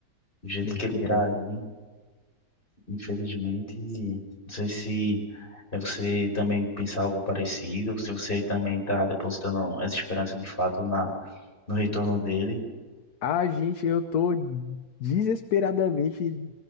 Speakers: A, on the left; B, on the left.
A: Do jeito
B: Então,
A: que ele tá aí, infelizmente, não sei se é você também pensar algo parecido, se você também tá depositando as esperanças de fato na, no retorno dele.
B: A gente, eu tô desesperadamente,